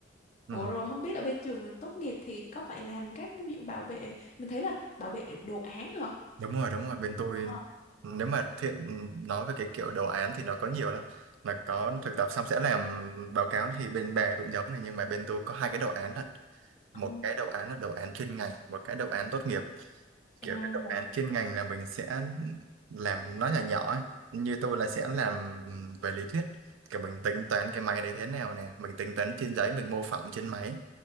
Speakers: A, on the right; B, on the left.
A: Ừ.
B: Ủa rồi không biết là bên trường tốt nghiệp thì có phải làm các cái ví dụ bảo vệ mình thấy là bảo vệ đồ án hả?
A: Đúng rồi, đúng rồi. Bên tôi
B: Ờ,
A: nếu mà thiện nói về cái kiểu đồ án thì nó có nhiều lắm. Là có thực tập xong sẽ làm báo cáo thì bên bà cũng giống này nhưng mà bên tôi có hai cái đồ án đó. Một
B: ừ,
A: cái đồ án là đồ án chuyên ngành, một cái đồ án tốt nghiệp
B: à,
A: kiểu cái đáp án chuyên ngành là mình sẽ làm nó nhỏ nhỏ ấy. như tôi là sẽ làm ừm, về lý thuyết kiểu mình tính toán cái máy đấy thế nào nè mình tính toán trên giấy mình mô phỏng trên máy